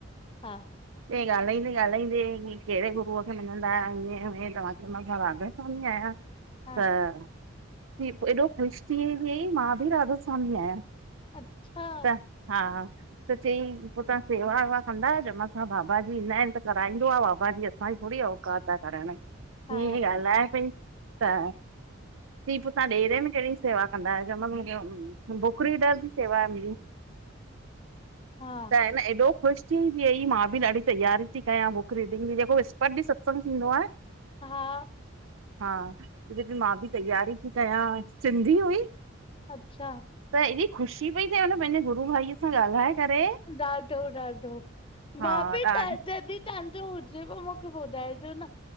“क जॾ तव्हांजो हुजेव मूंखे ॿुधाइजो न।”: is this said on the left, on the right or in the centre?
Left